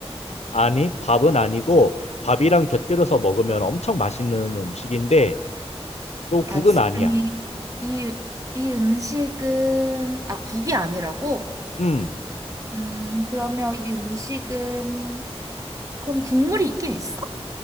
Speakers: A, on the left; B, on the right.
A: 아니, 밥은 아니고 밥이랑 곁들여서 먹으면 엄청 맛있는 음식인데 또 국은
B: 알았어.
A: 아니야.
B: 그럼 이, 이, 이 음식은 아 국이 아니라고?
A: 음,
B: 음 그러면 이 음식은 그럼 국물이 있긴 있어?